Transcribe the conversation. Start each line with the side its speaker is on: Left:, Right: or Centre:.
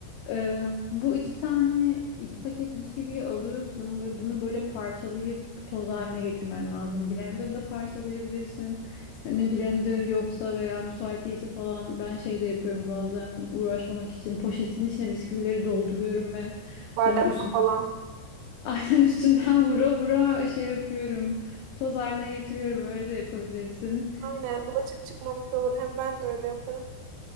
Left: Ee, bu iki tane iki paket bisküviyi alıyorsun ve bunu böyle parçalayıp toz haline getirmen lazım. Blender'da parçalayabilirsin. Hani blender yoksa veya müsait değilse falan ben şey de yapıyorum bazen uğraşmamak için poşetin içine bisküvileri dolduruyorum ve
Right: Bardakla
Left: sonra üstüne
Right: falan.
Left: <laughs> aynen üstünden vura vura şey yapıyorum. Toz haline getiriyorum öyle de yapabilirsin.
Right: Aynen bulaşık çıkmamış olur. Hem ben de öyle yaparım.